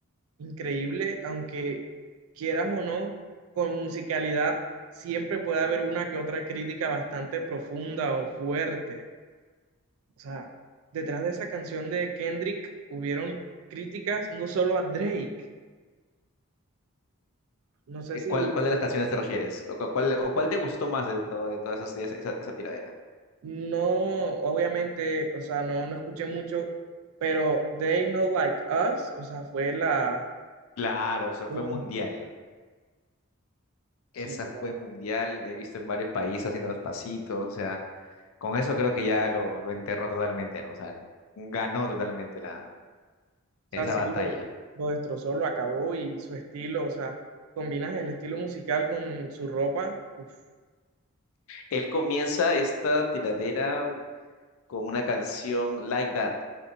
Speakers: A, on the right; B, on the left.
A: increíble, aunque quieras o no, con musicalidad siempre puede haber una que otra crítica bastante profunda o fuerte. O sea, detrás de esa canción de Kendrick hubieron críticas no solo a Drake. No sé
B: Eh,
A: si,
B: ¿Cuál, cuál de las canciones te refieres? ¿Cu- cu- ¿Cuál, o cuál te gustó más de todo, de todas esas, esa, esa- esa tiradera?
A: no, obviamente, o sea, no, no escuché mucho, pero They Not Like Us, o sea, fue la...
B: Claro, o sea, fue
A: Boom.
B: mundial. Esa
A: Sí, total.
B: fue mundial. He visto en varios países haciendo los pasitos. O sea, con eso creo que ya lo, lo enterró totalmente, ¿no? O sea, ganó totalmente la,
A: O
B: esa
A: sea, sí,
B: batalla.
A: lo, lo destrozó, lo acabó y su estilo, o sea, combinas el estilo musical con su ropa. Uf,
B: Él comienza esta tiradera con una canción Like That.